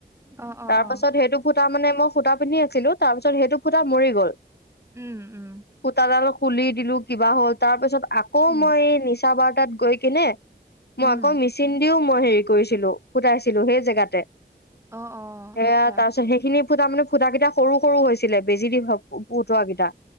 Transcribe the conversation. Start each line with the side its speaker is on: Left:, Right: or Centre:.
Right: অ অ
Left: তাৰ
Right: অ
Left: পাছত সেইটো ফুটা মানে মই সোতা পিন্ধি আছিলো, তাৰ পিছত সেইটো ফুটা মৰি গল,
Right: উম উম
Left: সোতাডাল খুলি দিলো কিবা হ'ল তাৰ পিছত আকৌ
Right: উম
Left: মই এই নিচা বাৰ টাত গৈ কিনে
Right: উম
Left: মই আকৌ মেচিন দিও মই হেৰি কৰিছিলো ফুটাইছিলো সেই জেগাতে
Right: অ অ
Left: সে
Right: আচ্ছা
Left: তাৰপিছত সেইখিনি ফুটা মানে ফুটা কেইটা সৰু সৰু হৈছিলে বেজি দি ফুটোৱা কেইটা